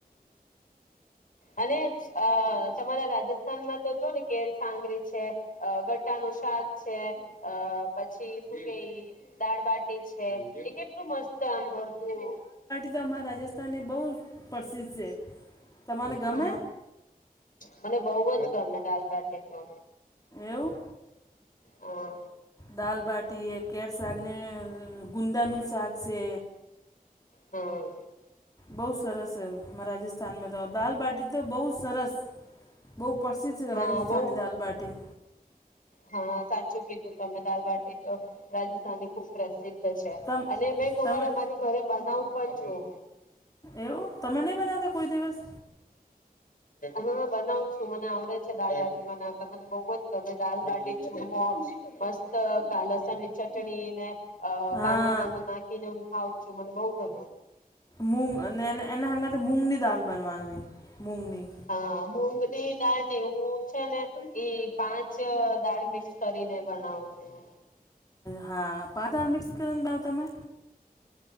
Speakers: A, on the left; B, on the left.
A: અને અ તમારા રાજસ્થાનમાં તો જો ને સાંગરી છે. અ ગટ્ટા નું શાક છે, અ પછી શું કે દાળબાટી એ કેટલું મસ્ત આમ મળતું.
B: જો અમારા રાજસ્થાનની બહુ પ્રસિદ્ધ છે. તમારે ગમે
A: હ, મને બઉ જ ગમે દાલ બાટી તો.
B: એવું
A: ઓહો હો.
B: દાલબાટી એ કે શાકને ગુંદાનું શાક છે.
A: હમ.
B: બહુ સરસ છે અમારા રાજસ્થાનમાં તો દાલ બાટી તો બહુ સરસ બહુ પ્રસિદ્ધ છે
A: હા
B: રાજસ્થની
A: બઉ
B: દાલબાટી
A: હા સાચું કીધું તમે દાલ બાટી તો રાજસ્થાની ખુબ પ્ર છે
B: તમ
A: અને મેં કોઈ
B: તમે
A: વાર અમારી ઘરે બનાવું પણ છું
B: એવું તમે નહી બનાતા કોઈ દિવસ
A: હા બનાવું છું મને આવડે છે દાલ બાટી બનાવતા મને બહુ જ ગમે દાલ બાાટી ચૂરમો મસ્ત કા લસન ચટણી ને અ
B: હા
A: કાંદો વાંદો નાખી ને હું ખાઉ છું મને બઉ ગમે
B: મૂગ અને એના હાતે મૂગની દાલ બનવાની મૂગની
A: હા મૂગની દાળ ને એવું છે ને એ પાંચ દાળ મિક્સ કરીને બનાવ છું.
B: હા પાચ દાડ મિક્સ કરી ને ભાવ તમે